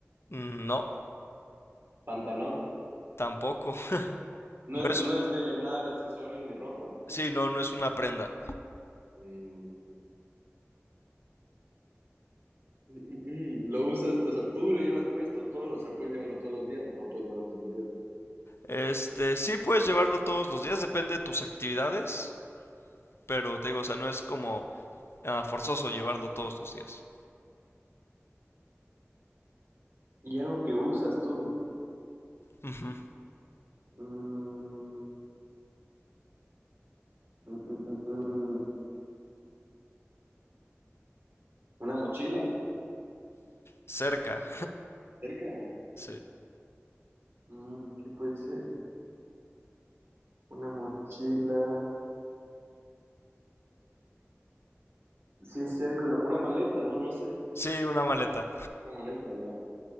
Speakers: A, on the left; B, on the right.
A: No.
B: ¿Pantalón?
A: Tampoco. <laughs>
B: No
A: No
B: es,
A: es...
B: no
A: u-
B: es de nada de accesorios ni ropa.
A: Sí, no, no es una prenda.
B: Mm, mm, mm, ¿Lo usas, o sea, tú lo llevas puesto todos, o sea, puedes llevarlo todos los días o no puedes llevarlo todos los días?
A: Este, sí puedes llevarlo todos los días, depende de tus actividades. Pero te digo, o sea, no es como ah, forzoso llevarlo todos los días.
B: ¿Y algo que usas tú?
A: Ujú.
B: Mm, mm, mm, mm, mm, ¿una mochila?
A: Cerca.
B: ¿Cerca?
A: Sí.
B: Mm, ¿qué puede ser? Una mochila. Si es cerca, una, una maleta, no, no sé.
A: Sí, una maleta.
B: Una maleta, ya.